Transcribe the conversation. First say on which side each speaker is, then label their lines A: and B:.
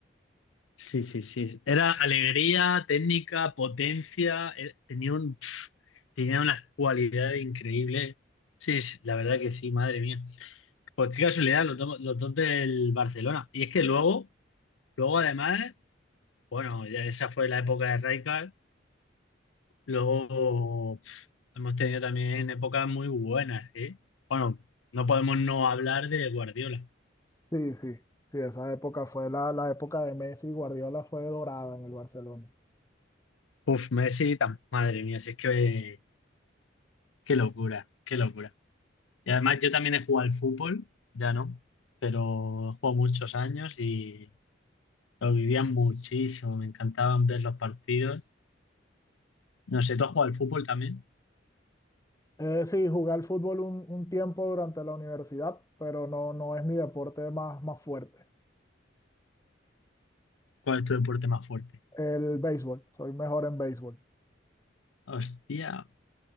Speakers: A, on the left; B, on the left.
A: Sí, sí, sí. Era alegría, técnica, potencia. eh, Tenía un, pf, tenía una cualidad increíble Sí, sí, la verdad que sí, madre mía. Pues qué casualidad, los dos, los dos del Barcelona. Y es que luego, luego además, bueno, ya esa fue la época de Rijkaard. Luego pf, hemos tenido también épocas muy buenas, ¿eh? Bueno, no podemos no hablar de Guardiola.
B: Sí, sí, sí, esa época fue la, la época de Messi y Guardiola fue dorada en el Barcelona.
A: Uf, Messi, tam- madre mía, si es que Qué locura, qué locura. Y además yo también he jugado al fútbol, ya no, pero he jugado muchos años y lo vivía muchísimo, me encantaban ver los partidos. No sé, ¿tú has jugado al fútbol también?
B: Eh, sí, jugué al fútbol un, un tiempo durante la universidad, pero no, no es mi deporte más, más fuerte.
A: ¿Cuál es tu deporte más fuerte?
B: El béisbol, soy mejor en béisbol.
A: Hostia,